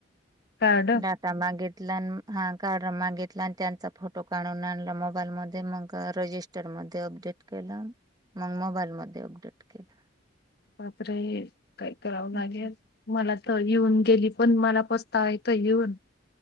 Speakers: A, on the left; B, on the right.
A: कार्ड
B: डाटा मागीतला हा. कार्ड मागितला. आणि त्यांचा फोटो काढून आणला. मोबाईल मध्ये मग रजिस्टर मध्ये अपडेट केलं. मग मोबाईल मध्ये अपडेट केलं.
A: मात्र हे काही करावं लागेल
B: हम्म.
A: मला येऊन गेली. पण मला पस्तावा येतोय येऊन.